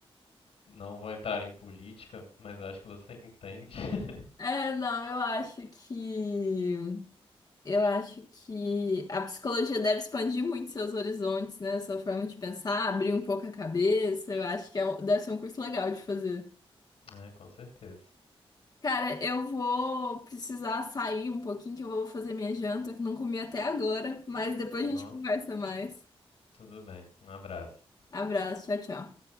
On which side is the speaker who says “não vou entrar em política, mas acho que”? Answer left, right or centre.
Left